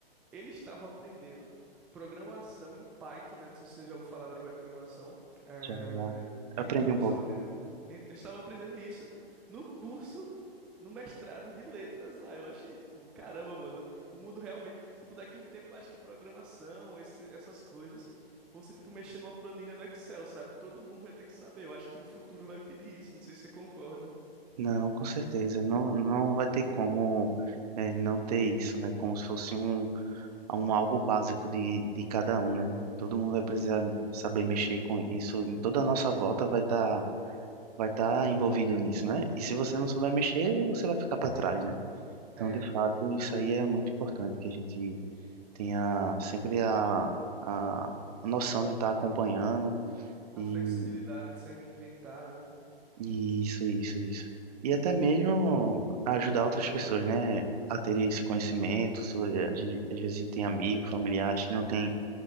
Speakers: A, in the centre; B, on the right.
A: eles estavam aprendendo programação em Python, né? Não sei se você já ouviu falar da linguagem de programação. É,
B: Já, já.
A: Então,
B: Aprendi um
A: eles
B: pouco.
A: estavam aprendendo, en- eles estavam aprendendo isso no curso, no mestrado de letras lá. Eu achei, tipo, caramba, mano, o mundo realmente, tipo, daqui a um tempo eu acho que programação, esse- essas coisas vão ser tipo mexer numa planilha no Excel, sabe? Todo mundo vai ter que saber. Eu acho que o futuro vai pedir isso, não sei se você concorda.
B: Não, com certeza. Não, não vai ter como é, não ter isso, né? Como se fosse um, um algo básico de, de cada um, né? Todo mundo vai precisar saber mexer com isso. Em toda a nossa volta vai estar vai estar envolvido nisso, né? E se você não souber mexer, você vai ficar para trás, né? Então,
A: É,
B: de fato, isso aí é muito importante que a gente tenha sempre a, a, a noção de estar acompanhando
A: a
B: e,
A: flexibilidade de se reinventar, né?
B: e isso, isso, isso. E até mesmo ajudar outras pessoas, né, a terem esse conhecimento. sobre- a gente- Às vezes a gente tem amigos, familiares que não têm,